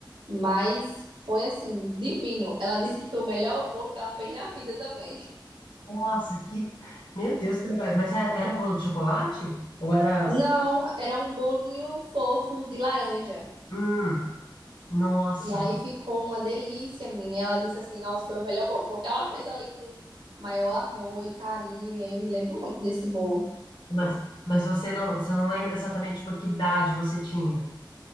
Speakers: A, on the right; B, on the left.
A: Mas foi assim, divino. Ela disse que foi o melhor bolo que ela fez na vida também.
B: Nossa, que. Meu Deus, que legal. Mas era, era um bolo de chocolate? Ou era.
A: Não, era um bolinho fofo de laranja.
B: Hum, nossa.
A: E aí ficou uma delícia, menina. E ela disse assim: nossa, foi o melhor bolo. Porque ela fez ali com maior amor e carinho. E aí eu me lembro muito desse bolo.
B: Mas, mas você não, você não lembra exatamente tipo, que idade você tinha?